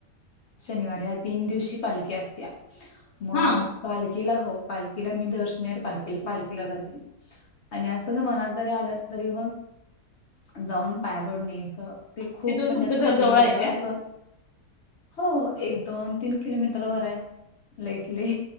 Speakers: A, on the left (about 55°); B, on the left (about 85°).
A: शनिवारी ह्या तीन दिवशी पालखी असत्या मग
B: हा
A: पालखीला हो पालखीला मी दर्शने पालखला पालखीला जाते. आणि असं मनात जरी आलं तरी मग जाऊन पाया पडणेच ते खूप
B: तिथून
A: म्हणजे
B: तुमचं
A: आता
B: घर
A: तिथे
B: जवळ
A: गेल्यावर
B: आहे काय
A: असं. हो एक दोन तीन किलोमीटर वर आहे लईटली